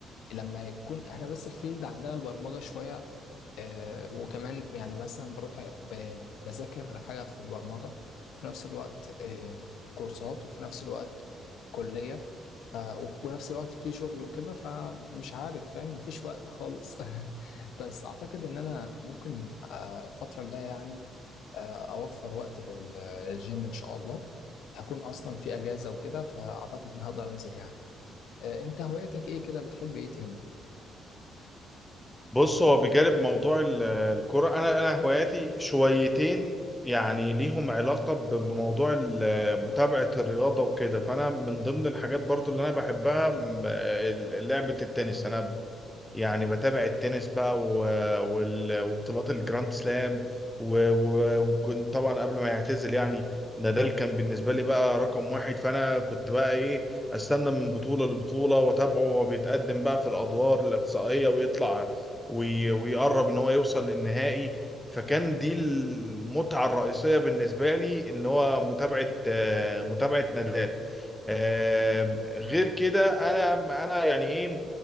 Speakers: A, on the left; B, in the centre.
A: لما يكون احنا بس الفيلد عندنا البرمجه شويه آه، وكمان يعني مثلا بروح ب- بذاكر حاجة في البرمجة في نفس الوقت آه، كورسات وفي نفس الوقت كلية ف- ونفس الوقت في شغل وكده فمش عارف فاهم مفيش وقت خالص <laughs> بس أعتقد إن أنا ممكن آه، الفترة الجاية يعني آه، أوفر وقت لل- للجيم إن شاء الله هكون أصلا في أجازة وكده فأعتقد إن هقدر أنزل يعني آه، أنت هواياتك إيه كده بتحب إيه تاني؟
B: بص هو بجانب موضوع ال- الكرة أنا أنا هواياتي شويتين يعني ليهم علاقة بموضوع ال- متابعة الرياضة وكده فأنا من ضمن الحاجات برضو اللي أنا بحبها م- لعبة التنس أنا يعني بتابع التنس بقى و... وال... وبطولات الجراند سلام و... و... وكنت طبعا قبل ما يعتزل يعني نادال كان بالنسبة لي بقى رقم واحد فأنا كنت بقى إيه أستنى من بطولة لبطولة وأتابعه وهو بيتقدم بقى في الأدوار الإقصائية ويطلع وي... ويقرب إن هو يوصل للنهائي فكان دي المتعة الرئيسية بالنسبة لي اللي هو متابعة آه، متابعة نادال آه، غير كده أنا أنا يعني إيه